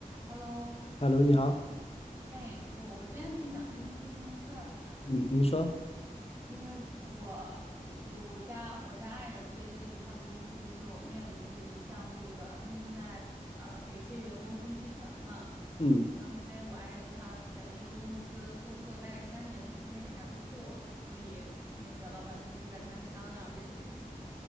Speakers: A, on the right (about 20°); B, on the left (about 45°).
A: Hello，
B: Hello，你好，
A: 嘿，我我今天挺想跟您咨询个事儿的。
B: 嗯，你说，
A: 因为我我我我家我家爱人最近他们公司就面临着一项这个，他们正在呃给一些员工分期权嘛。
B: 嗯，
A: 然后因为我爱人他在那个公司工作大概三年的时间也还不错，所以那个老板最近就在跟他商量这个事情。